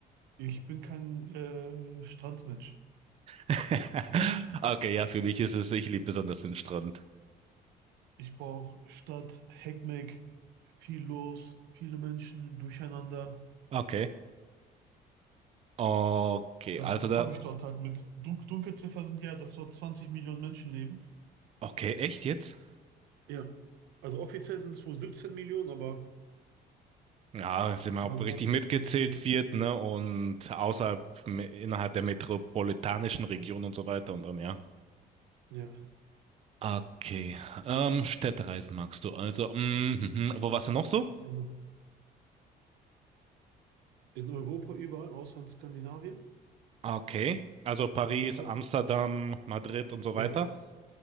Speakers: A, on the right; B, on the right.
A: Ich bin kein äh, Strandmensch.
B: <laughs> Okay, ja, für mich ist es, ich liebe besonders den Strand.
A: Ich brauche Stadt, Heckmeck, viel los, viele Menschen, durcheinander.
B: Okay. Okay,
A: Das,
B: also
A: das
B: da,
A: habe ich dort halt mit. Dun Dunkelziffer sind ja, dass dort 20 Millionen Menschen leben.
B: okay, echt jetzt?
A: Ja. Also offiziell sind es wohl 17 Millionen, aber
B: Ja, sind wir
A: man
B: auch richtig
A: sagt
B: mitgezählt,
A: 20 Millionen.
B: wird, ne? Und außerhalb, me- innerhalb der metropolitanischen Region und so weiter und dann, ja.
A: Ja,
B: Okay, ähm, Städtereisen magst du. Also, mm, mhm. Wo warst du noch so?
A: genau. In Europa überall, außer in Skandinavien.
B: Okay, also Paris,
A: Das hat,
B: Amsterdam, Madrid und so
A: ja,
B: weiter.
A: ja.